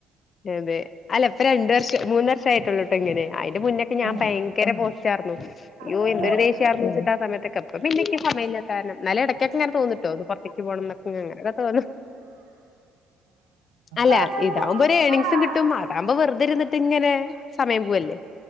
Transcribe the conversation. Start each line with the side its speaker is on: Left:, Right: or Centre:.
Left: അതെ അതെ അല്ല ഇപ്പം രണ്ടു വർഷം മൂന്ന് വർഷം ആയിട്ടുള്ളൂട്ടോ ഇങ്ങനെ അയി അയിന്റെ മുന്നൊക്കെ ഞാൻ
Right: ആഹ്
Left: ഭയങ്കര പോസ്റ്റാർന്നു അയ്യോ
Right: ആഹ്
Left: എന്തൊരു ദേഷ്യം ആന്ന് വെച്ചിട്ടാ ആ സമയത്തൊക്കെ ഇപ്പ പിന്നെനിക്ക് സമയില്ല കാരണം എന്നാലും എടക്കൊക്കെ ഇങ്ങനെ തോന്നുട്ടോ ഒന്ന് പുറത്തേക്ക് പോണം എന്നൊക്കെ അങ്ങനൊക്കെ തോന്നും അല്ലാ
Right: ആഹ്
Left: ഇതാകുമ്പോ ഒരു എണിങ്സും
Right: ആഹ്
Left: കിട്ടും അതാകുമ്പോ വെറുതെരുന്നിട്ട് ട്ടിങ്ങനെ സമയം പോവല്ലേ